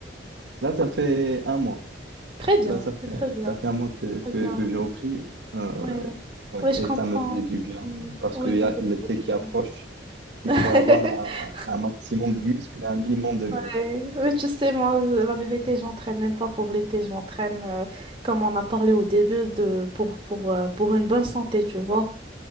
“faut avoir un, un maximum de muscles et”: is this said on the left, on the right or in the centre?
Right